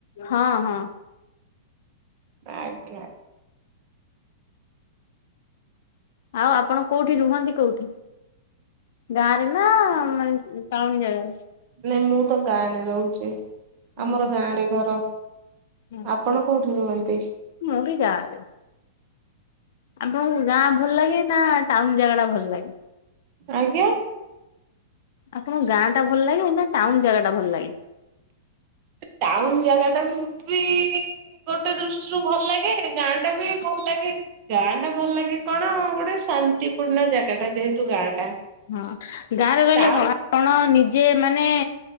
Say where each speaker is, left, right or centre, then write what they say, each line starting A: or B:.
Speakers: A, on the left; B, on the right.
A: ହଁ ହଁ।
B: ଆଜ୍ଞା।
A: ଆଉ ଆପଣ କୋଉଠି ରୁହନ୍ତି କୋଉଠି? ଗାଁରେ ନା ମାନେ ଟାଉନ ଜାଗାରେ?
B: ନ ମୁଁ ତ ଗାଁରେ ରହୁଛି
A: ହଁ
B: ଆମର ଗାଁରେ ଘର।
A: ଆଚ୍ଛା
B: ଆପଣ କୋଉଠି ରୁହନ୍ତି?
A: ମୁଁ ବି ଗାଁରେ। ଆପଣଙ୍କୁ ଗାଁ ଭଲ ଲାଗେ ନା ଟାଉନ ଜାଗା ଟା ଭଲ ଲାଗେ?
B: ଆଜ୍ଞା?
A: ଆପଣଙ୍କୁ ଗାଁ ଟା ଭଲ ଲାଗେ ନା ଟାଉନ ଜାଗା ଟା ଭଲ ଲାଗେ?
B: ଟାଉନ ଜାଗା ଟା ବି ପି ଗୋଟେ ଦୃଷ୍ଟିରୁ ଭଲ ଲାଗେ ଗାଁ ଟା ବି ଭଲ ଲାଗେ। ଗାଁ ଟା ଭଲ ଲାଗେ କଣ ଗୋଟେ ଶାନ୍ତିପୂର୍ଣ୍ଣ ଜାଗା ଟା ଯେହେତୁ ଗାଁ ଟା।
A: ହଁ ଗାଁରେ ରହିଲେ
B: ଟାଉ
A: କଣ ଆପଣ ନିଜେ ମାନେ